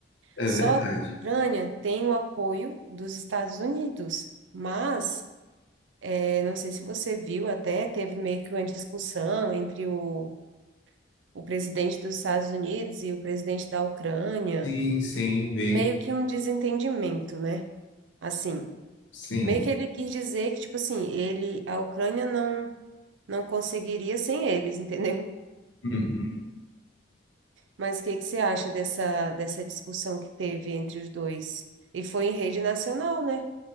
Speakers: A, on the left; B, on the right.
A: É
B: Só
A: verdade.
B: que a Ucrânia tem o apoio dos Estados Unidos. Mas, eh, não sei se você viu, até teve meio que uma discussão entre o, o presidente dos Estados Unidos e o presidente da Ucrânia,
A: Sim, sim, vi,
B: meio que um desentendimento, né? Assim,
A: sim.
B: meio que ele quis dizer que, tipo assim, ele, a Ucrânia não, não conseguiria sem eles, <laughs> entendeu?
A: Uhum.
B: Mas o que que você acha dessa, dessa discussão que teve entre os dois? E foi em rede nacional, né?